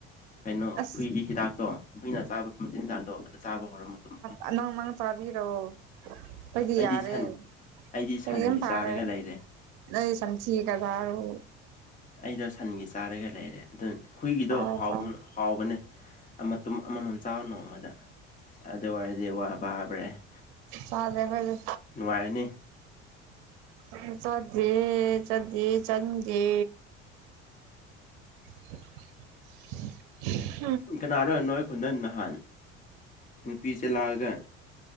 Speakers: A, on the left; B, on the right.
A: ꯀꯩꯅꯣ
B: ꯑꯁ
A: ꯍꯨꯏꯒꯤ ꯍꯤꯗꯥꯛꯇꯣ ꯍꯨꯏꯅ ꯆꯥꯕ ꯃꯆꯤꯟꯖꯥꯛꯇꯣ ꯑꯗꯨ ꯆꯥꯕ ꯍꯧꯔꫭ ꯃꯇꯨꯝ ꯃꯇꯨꯝ
B: ꯑꯪ <unintelligible> ꯆꯕꯤꯔꫭ ꯑꯈꫭꯏꯗꯤ
A: ꯑꯩꯗꯤ
B: ꯌꯥꯔꯦ
A: ꯁꯟ ꯑꯩꯗꯤ
B: <unintelligible>
A: ꯁꯟꯒꯤ
B: ꯐꯔ‌ꯦ
A: ꯆꯥꯔꯒ ꯂꯩꯔꯦ
B: ꯅꯪ ꯆꯝꯆꯤꯒꯥ ꯆꯥꯔꫭ
A: ꯑꯩꯗꯣ ꯁꯟꯒꯤ ꯆꯥꯔꯒ ꯂꯩꯔꯦ ꯑꯗꯨ ꯍꯨꯏꯒꯤꯗꯣ
B: ꯆꯥꯔꯣ
A: ꯍꯥꯎꯕꯅꯤ
B: ꯆꯥꯔꯣ
A: ꯍꯥꯎꯕꯅꯦ ꯑꯥ ꯃꯇꯨꯎꯝ ꯃꯃꯥꯃꯝ ꯆꯥꯎ ꯅꯣꯡꯃꯗ ꯑꯗꯨ ꯑꯣꯏꯔꯗꯤ ꯋꯥ ꯄꯥꯕ꯭ꯔꯦ <unintelligible>
B: ꯐꯗꯦ <unintelligible> ꯑꯈꫭꯏꯗꯤ
A: ꯅꯨꯡꯉꯥꯏꯔꯅꯤ
B: <unintelligible> ꯆꯥꯗꯦ ꯆꯥꯗꯦ ꯆꯥꯅꯤꯡꯗꯦ <unintelligible>
A: ꯎꯝ ꯀꯅꯥꯔꯥ ꯅꫭꯏ ꯈꯨꯟꯗ ꯅꯍꯥꯟ ꯅꯨꯄꯤ ꯆ‌ꯦꯜꯂꯛꯑꯒ